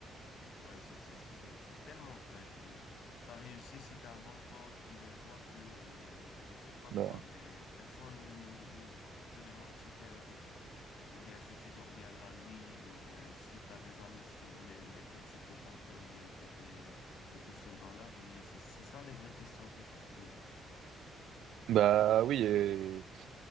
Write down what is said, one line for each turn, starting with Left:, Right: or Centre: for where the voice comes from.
Left: Ouais, c'est, c'est, c'est, c'est c'est tellement vrai. Tu as réussi si tu as un bon poste, une belle voiture ou je sais pas
Right: Bah,
Left: quoi, mais personne ne nous- nous te demande si tu es heureux. Ou bien si tu dors bien la nuit, ou bien si tu as des amis sur les- lesquels tu peux compter, ou bien tu es, tout seul dans la vie. C'est c'est ça les vraies questions qu'il faut se poser.
Right: bah oui,